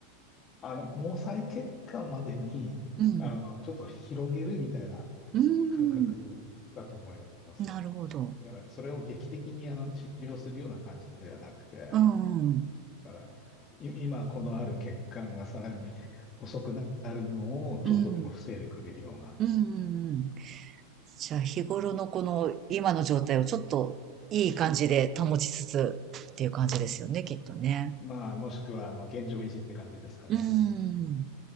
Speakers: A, on the left; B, on the right.
A: あの、毛細血管までに、
B: うん。
A: あの、ちょっと広げるみたいな
B: うー
A: 感覚だと思います。
B: ん。なるほど。
A: だから、それを劇的にあの治療するような感じではなくて、だ
B: うん、うん。
A: から、い今このある血管がさらに細くなるのをちょっとでも防いでくれるような、
B: うん、うん、うん。うんじゃあ日頃のこの今の状態をちょっといい感じで保ちつつっていう感じですよね、きっとね。
A: まあ、もしくはあの現状維持って感じですかね。
B: うーん。